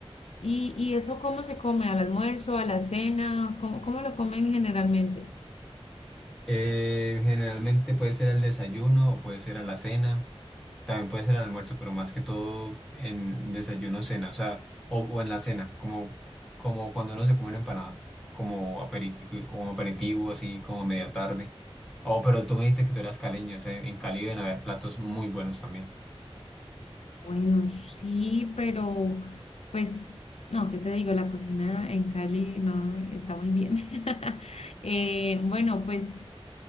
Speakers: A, on the left; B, in the centre.
A: ¿Y, y eso cómo se come? ¿Al almuerzo, a la cena? ¿Cómo, cómo lo comen generalmente?
B: Eh, generalmente puede ser al desayuno o puede ser a la cena, también puede ser al almuerzo, pero más que todo en desayuno, cena, o sea, o, o en la cena, como, como cuando uno se come una empanada, como aperitivo, un aperitivo, así como a media tarde. Oh, pero tú me dijiste que tú eras caleño, o sea, en Cali deben haber platos muy buenos también.
A: Bueno, sí, pero pues, no, ¿qué te digo? La cocina en Cali no está muy bien. <laughs> Eh, bueno, pues